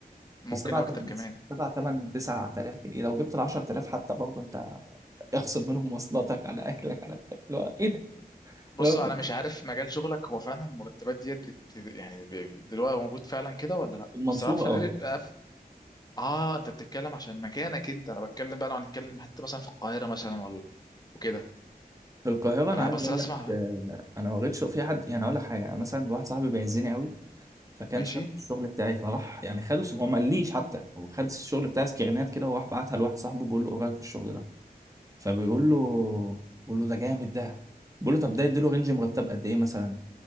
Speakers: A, on the left (about 25°); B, on the right (about 20°).
A: ممكن
B: ب 7
A: اكتر كمان
B: 7 8 9000 جنيه لو جبت ال 10000 حتى برضه انت اخصم منهم مواصلاتك على اكلك على اللي هو ايه ده
A: بص
B: فاهم؟
A: انا مش عارف مجال شغلك هو فعلا المرتبات ديت بت... يعني ب- دلوقتي موجود فعلا كده ولا لا
B: المنصورة
A: بس عارف
B: <clears throat>
A: الري-
B: اه
A: أف- اه انت بتتكلم عشان مكانك انت انا بتكلم بقى لو هنتكلم حتى مثلا في القاهره مثلا ولا وكده
B: في القاهرة أنا
A: انا
B: عايز
A: بس
B: أقول
A: اسمع
B: لك
A: بقى
B: آه، أنا ما لقيتش في حد يعني أقول لك حاجة مثلا واحد صاحبي بيعزني قوي فكان
A: ماشي
B: شاف الشغل بتاعي فراح يعني خده هو ما قاليش حتى هو خد الشغل بتاعي سكرينات كده وراح بعتها لواحد صاحبه بيقول له إيه رأيك في الشغل ده فبيقول له بيقول له ده جامد ده بيقول له طب ده يديله رينج مرتب قد إيه مثلا